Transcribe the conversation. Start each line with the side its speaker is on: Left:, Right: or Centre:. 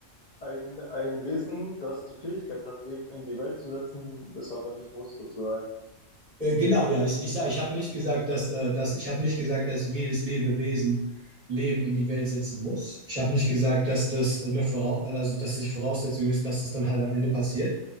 Left: ein, ein Wesen, das die Fähigkeit hat, Leben in die Welt zu setzen, es aber nicht muss, sozusagen.
Right: Äh, genau, ja, ich, ich, ich habe nicht gesagt, dass, äh, dass ich habe nicht gesagt, dass jedes Lebewesen Leben in die Welt setzen muss. Ich habe nicht gesagt, dass das eine Vorau also dass die Voraussetzung ist, dass das dann halt am Ende passiert.